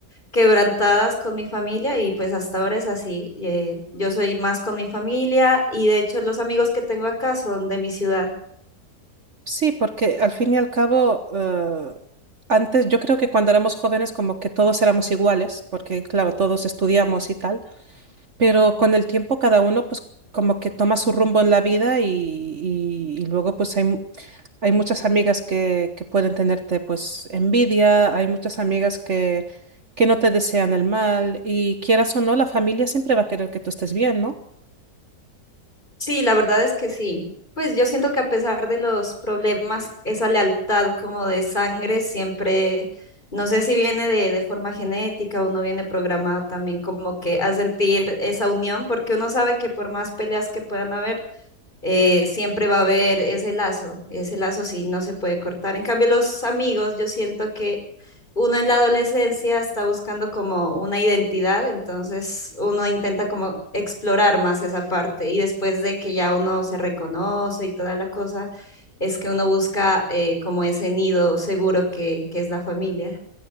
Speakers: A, on the left; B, on the right.
A: quebrantadas con mi familia y pues hasta ahora es así. eh, yo soy más con mi familia y de hecho los amigos que tengo acá son de mi ciudad.
B: Sí, porque al fin y al cabo, eh, antes yo creo que cuando éramos jóvenes como que todos éramos iguales, porque claro, todos estudiamos y tal. Pero con el tiempo cada uno pues como que toma su rumbo en la vida y, y- y luego pues hay, mu- hay muchas amigas que, que pueden tenerte pues envidia, hay muchas amigas que, que no te desean el mal y quieras o no, la familia siempre va a querer que tú estés bien, ¿no?
A: Sí, la verdad es que sí. Pues yo siento que a pesar de los problemas, esa lealtad como de sangre siempre, no sé si viene de, de forma genética o no viene programado también como que a sentir esa unión, porque uno sabe que por más peleas que puedan haber, eh, siempre va a haber ese lazo, ese lazo sí no se puede cortar. En cambio, los amigos, yo siento que uno en la adolescencia está buscando como una identidad, entonces uno intenta como explorar más esa parte y después de que ya uno se reconoce y toda la cosa, es que uno busca eh, como ese nido seguro que, que es la familia.